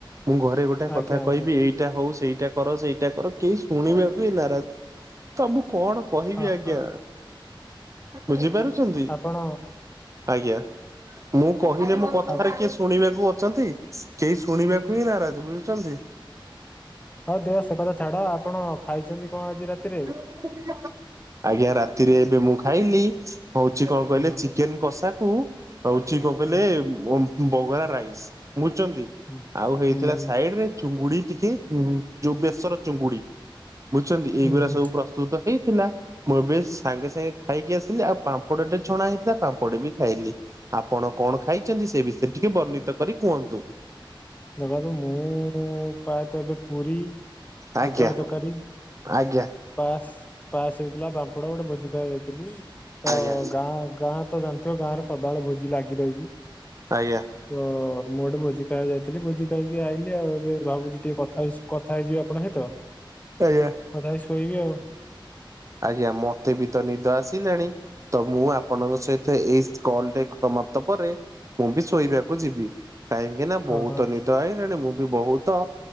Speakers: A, on the right; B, on the left.
A: ମୁଁ ଘରେ ଗୋ ଏଇଟା
B: ଆଜ୍ଞା
A: କଥା
B: ଆଜ୍ଞା
A: କହିବି ଏଇ ସେଇଟା ହଉ ସେଇଟା କର ସେଇଟା କର କେହି ଶୁଣିବାକୁ ନାରାଜ ତ ମୁଁ କଣ। କହିବି
B: ଓହୋ
A: ଆଜ୍ଞା ବୁଝିପାରୁଛନ୍ତି
B: ଆପଣ
A: ଆଜ୍ଞା। ମୁଁ କହିଲେ ମୋ କଥାରେ
B: ଆଉ
A: କିଏ ଶୁଣିବାକୁ ଅଛନ୍ତି କେହି ଶୁଣିବାକୁ ହିଁ ନାରାଜ ବୁଝୁଛନ୍ତି।
B: ହଁ ଦେ ହ ସେ କଥା ଛାଡ। ଆପଣ ଖାଇଛନ୍ତି କଣ ଆଜି ରାତିରେ?
A: ଆଜ୍ଞା ରାତିରେ ଏବେ ମୁଁ ଖାଇଲି। ହଉଚି କଣ କହିଲେ
B: ହୁଁ
A: ଚିକେନ କଷାକୁ ହଉଚି କଣ କହିଲେ।
B: ହୁଁ
A: ବମ ବଗରା ରାଇସ୍ ବୁଝୁଚନ୍ତି
B: ହୁଁ
A: ଆଉ ହେଇଥିଲା
B: ହୁଁ ହୁଁ
A: ସାଇଡରେ ଚୁଙ୍ଗୁଡି ଟିକେ। ଉଁ ଯୋଉ ବେସର ଚୁଙ୍ଗୁଡି ବୁଝୁଚନ୍ତି
B: ହୁଁ
A: ଏଇଗୁରା
B: ହୁଁ
A: ସବୁ ପ୍ରସ୍ତୁତ ହେଇଥିଲା। ମୁଁ ଏବେ ସାଙ୍ଗେ ସାଙ୍ଗେ ଖାଇକି ଆସିଲି ଆଉ ପାମ୍ପଡଟେ ଛଣା ହେଇଥିଲା ପାମ୍ପଡି ବି ଖାଇଲି। ଆପଣ କଣ ଖାଇଛନ୍ତି ସେ ବିଷୟରେ ଟିକେ ବର୍ଣ୍ଣିତ କରି କୁହନ୍ତୁ?
B: ଦେଖନ୍ତୁ ମୁଁ ପ୍ରାୟ ତ ଏବେ ପୁରୀ।
A: ଆଜ୍ଞା
B: ବୁଟ ଆଳୁ ତରକାରୀ।
A: ଆଜ୍ଞା
B: ପାସ ପାସ ହେଇଥିଲା ପାମ୍ପଡ ଗୋଟେ ଭୋଜି ଖାଇବାକୁ ଯାଇଥିଲି ତ
A: ଆଜ୍ଞା
B: ଗାଁ ଗାଁ। ତ ଜାଣିଥିବ ଗାଁରେ ସଦାବେଳେ ଭୋଜି ଲାଗି ରହିଛି।
A: ଆଜ୍ଞା।
B: ତ ମୁଁ ଗୋଟେ ଭୋଜି ଖାଇବାକୁ ଯାଇ ଥିଲି ଭୋଜି ଖାଇକି ଆଇିଲି ଆଉ ଏବେ ଭାବୁଚି ଟିକେ କଥା ହେଇ ସ କଥା ହେଇଯିବି ଆପଣଙ୍କ ସହିତ
A: ଆଜ୍ଞା।
B: କଥା ହେଇ ଶୋଇବି ଆଉ।
A: ଆଜ୍ଞା ମତେ ବି ତ ନିଦ ଆସିଲାଣି ତ ମୁଁ ଆପଣଙ୍କ ସହିତ ତ ଏଇସ୍ କଲ ଟେକ୍ ସମାପ୍ତ ପରେ ମୁଁ ବି ଶୋଇବାକୁ ଯିବି। କାହିଁକି ନା ବହୁତ
B: ଓହୋ
A: ନିଦ ଆଇଲାଣି ମୁଁ ବି ବହୁତ